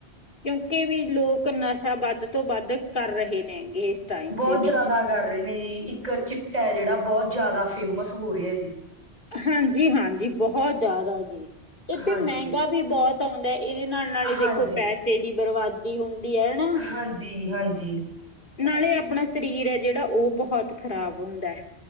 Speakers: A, on the left; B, on the right.
A: ਕਿਉਂਕਿ ਵੀ ਲੋਕ ਨਸ਼ਾ ਵੱਧ ਤੋਂ ਵੱਧ ਕਰ ਰਹੇ ਨੇਗੇ ਟਾਈਮ
B: ਬੋਤ
A: ਦੇ ਵਿੱਚ
B: ਜਿਆਦਾ ਕਰ ਰਹੇ ਨੇ ਜੀ ਇੱਕ ਚਿੱਟਾ ਜਿਹੜਾ ਬੋਤ ਜਿਆਦਾ ਫੇਮਸ ਹੋ ਰਿਹਾ ਜੀ
A: ਹਾਂਜੀ ਹਾਂਜੀ ਬੋਤ ਜ਼ਿਆਦਾ ਜੀ ਇਹ
B: ਹਾਂਜੀ,
A: ਤੇ ਮਹਿੰਗਾ ਵੀ ਬੋਤ ਆਉਂਦਾ ਇਹਦੇ ਨਾਲ ਨਾਲ ਹੀ ਦੇਖੋ
B: ਹਾਂਜੀ,
A: ਪੈਸੇ ਦੀ ਬਰਬਾਦ ਕੀ ਹੁੰਦੀ ਹੈ ਨਾ <unintelligible>
B: ਹਾਂਜੀ, ਹਾਂਜੀ।
A: ਨਾਲੇ ਆਪਣਾ ਸਰੀਰ ਹੈ ਜਿਹੜਾ ਉਹ ਬੋਤ ਖ਼ਰਾਬ ਹੁੰਦਾ ਹੈ